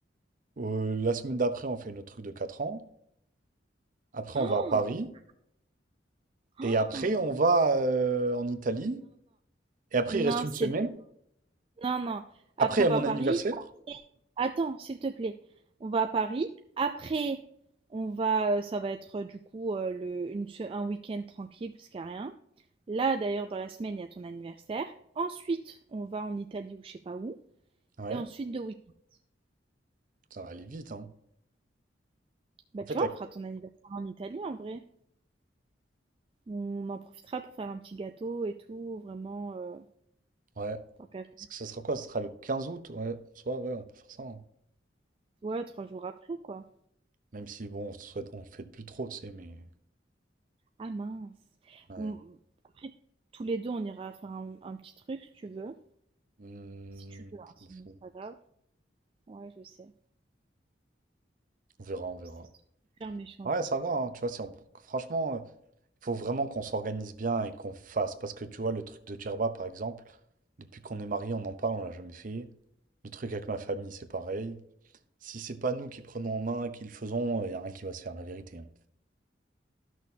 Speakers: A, on the right (about 45°); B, on the right (about 30°).
A: Euh, la semaine d'après, on fait notre truc de 4 ans. Après,
B: <gasps>
A: on va à Paris.
B: Oh,
A: Et après,
B: oh,
A: on va euh, en Italie. Et après,
B: non,
A: il reste
B: non,
A: une
B: c'est
A: semaine
B: Non, non. Après,
A: après à
B: on va
A: mon
B: à Paris.
A: anniversaire?
B: Après- Attends, s'il te plaît. On va à Paris. Après, on va, euh, ça va être euh, du coup euh, le, une se- un week-end tranquille parce qu'il n'y a rien. Là, d'ailleurs, dans la semaine, il y a ton anniversaire. Ensuite, on va en Italie ou je sais pas où.
A: Ouais,
B: Et ensuite, deux week-ends.
A: ça va aller vite, hein.
B: Bah,
A: En
B: tu
A: fait,
B: vois,
A: avec-
B: on fera ton anniversaire en Italie en vrai. On en profitera pour faire un petit gâteau et tout. Vraiment, euh,
A: ouais.
B: tant qu'à faire.
A: Parce que ça sera quoi? Ça sera le quinze août, ouais. En soi, ouais, on peut faire ça. hein.
B: Ouais, trois jours après, quoi.
A: Même si, bon, on souhaite, on fait plus trop, tu sais, mais.
B: Ah mince.
A: Ouais.
B: Mm, Après, tous les deux, on ira faire un, un petit truc si tu veux.
A: Hmm,
B: Si tu
A: je
B: veux, hein, sinon
A: m'en fous.
B: c'est pas grave. Ouais, je sais.
A: On verra, on verra.
B: C'est super méchant
A: Ouais,
B: de
A: ça
B: dire
A: va, hein,
B: ça.
A: tu vois, si on... franchement, euh, faut vraiment qu'on s'organise bien et qu'on fasse. Parce que tu vois, le truc de Djerba, par exemple, depuis qu'on est mariés, on en parle, on l'a jamais fait. Le truc avec ma famille, c'est pareil. Si c'est pas nous qui prenons en main et qui le faisons, il y a rien qui va se faire, la vérité. hein.